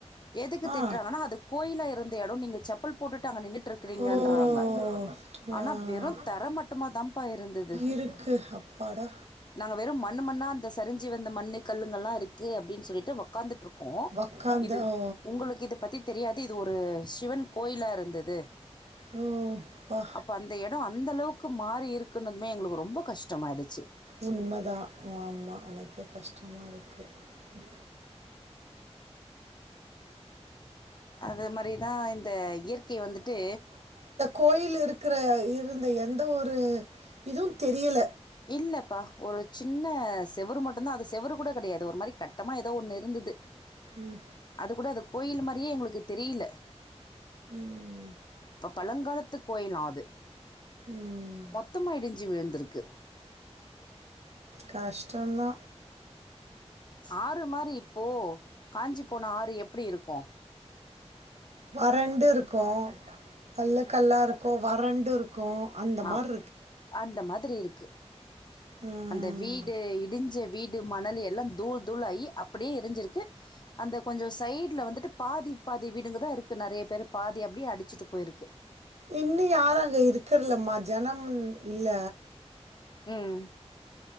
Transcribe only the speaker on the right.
ஆ
ஓ
ஆ
இருக்கு அப்பாடா
உக்காந்த
ஓ
ஓ பா
உண்மைதான் ஆமா எனக்கே கஷ்டமா இருக்கு ம்
கோயிலு இருக்குற இருந்த எந்த ஒரு இதுவு தெரியல
ம்
ம்
ம்,
கஷ்டந்தா
வறண்டு இருக்கு கல்லு கல்லா இருக்கு வறண்டு இருக்கு அந்த
மாதிரி
ம்.
இன்னு யாரு அங்க இருக்கற்லம்மா ஜனம் இல்ல